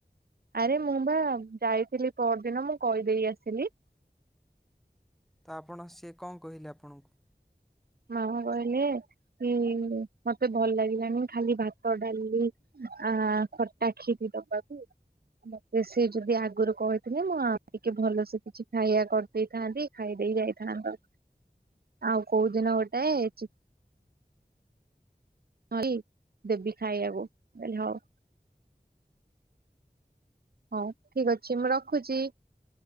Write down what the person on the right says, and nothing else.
ଆରେ ମୁଁ ବା ଯାଇଥିଲି ପହର ଦିନ ମୁଁ କହିଦେଇ ଆସିଲି।
ମାମା କହିଲେ କି ମତେ ଭଲ ଲାଗିଲାନି ଖାଲି ଭାତ ଡାଲିି ଆ ଖଟା ଖିରି ଦବାକୁ। ମତେ ସେ ଯଦି ଆଗରୁ କହିଥିଲେ ମୁଁ ଆଉ ଟିକେ ଭଲସେ କିଛି ଖାଇଆ କର ଦେଇଥାନ୍ତି ଖାଇ ଦେଇ ଯାଇଥାନ୍ତ ଆଉ କୋଉଦିନ ଗୋଟେ ଚି ହଁଇ ଦେବି ଖାଇଆକୁ ମୁ କଇଲୀ ହଉ। ହଁ ଠିକ ଅଛି ମୁଁ ରଖୁଚି।